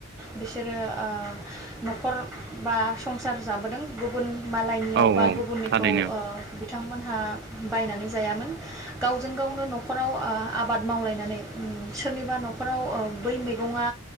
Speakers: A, in the centre; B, on the right (about 55°).
A: बिसोरो आ न'खर बा संसार जाबोदों गुबुन मालायनियाव
B: औ
A: बा
B: औ
A: गुबुननिखौ
B: थारैनो
A: ओ बिथांमोनहा बायनानै जायामोन गावजों गावनो न'खराव ओ आबाद मावलायनानै सोरनिबा न'खराव बै मैगङा